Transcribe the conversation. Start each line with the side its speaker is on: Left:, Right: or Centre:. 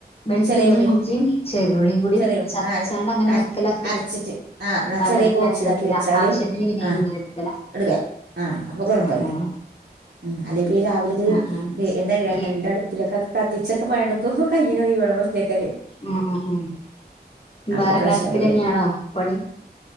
Left: വെളുത്തുള്ളി
Right: ചെറിയ ഉള്ളി
Left: ഇഞ്ചിയും ചെറുള്ളിയും കൂടും
Right: ചെറിയ ഉള്ളി
Left: ചച്ചാണ്ട്
Right: ആ
Left: അങ്ങനെ
Right: അര
Left: വെക്കല
Right: അരച്ചിട്ട് ആഹ്
Left: പാത്രത്തിലാക്കി
Right: ചെറിയ ബോക്സിലാക്കി
Left: വെക്കല
Right: വെച്ചാല്
Left: ആവശ്യത്തിന് പിന്നെ അയിന്ന്
Right: ആഹ്
Left: ഇങ്ങനെ എടുക്കല
Right: എടുക്ക ആഹ് അപ്പൊ കുഴപ്പല്ല
Left: ഉം ഉം
Right: ഉം അല്ലെപ്പ ഈ രാവില ഇത്
Left: ആഹ് ആഹ്
Right: എന്താ രണ്ടടുപ്പിലൊക്കെ
Left: ഈ
Right: കത്തിച്ച ഒക്കെ പണിയെടുക്കും കയ്യിന്ന് <unintelligible>
Left: ഉം ഉം വിറകടുപ്പിൽന്നെയാണോ
Right: ഒരു പ്രശ്നം കൂടിയാണ്
Left: പണി